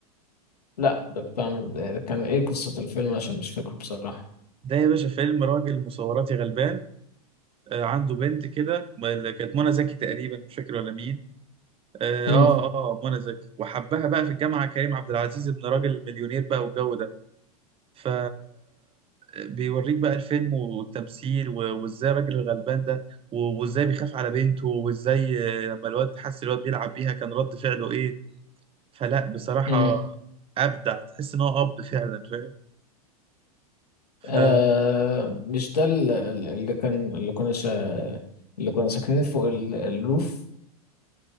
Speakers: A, on the left; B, on the right.
A: لا ده بتاع ده كان ايه قصة الفيلم عشان مش فاكره بصراحة
B: ده يا باشا فيلم راجل مصوراتي غلبان آه، عنده بنت كده ما- اللي كانت منى زكي تقريبا مش فاكر ولا مين اه
A: امم
B: اه آه، منى زكي وحبها بقى في الجامعة كريم عبد العزيز ابن راجل مليونير بقى والجو ده ف بيوريك بقى الفيلم والتمثيل و- وازاي الراجل الغلبان ده و- وازاي بيخاف على بنته وازاي آه، لما الواد حس الواد بيلعب بيها كان رد فعله ايه فلا بصراحة
A: امم
B: أبدع تحس إن هو أب فعلا فاهم ف
A: آه مش ده ال- ال- اللي كان اللي كنا شا... اللي كنا ساكنين فوق ال... الروف